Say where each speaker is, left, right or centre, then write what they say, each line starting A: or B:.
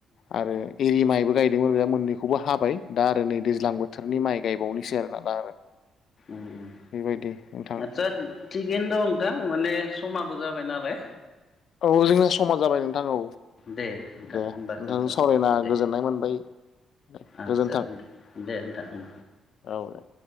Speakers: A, on the left (about 65°); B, on the left (about 50°).
A: आरो एरि माइबो गाय मोननैखौबो हाबाय दा आरो नै दैज्लां बोथोरनि माइ गायबावनोसै आरोना आरो दा
B: <inaudible>
A: बेबायदि नोंथां
B: आतसा थिगैनो दं नोंथां माने समाबो जाबाय नालाय।
A: औ जोंनिया समान जाबाय नोंथां औ
B: दे नोंथां
A: दे नोंथांजों
B: होमबा दोनथ'नोसै
A: सावरायना
B: दे
A: गोजोननाय मोनबाय दे
B: आदसा
A: गोजोनथों
B: दे नोंथां
A: औ दे।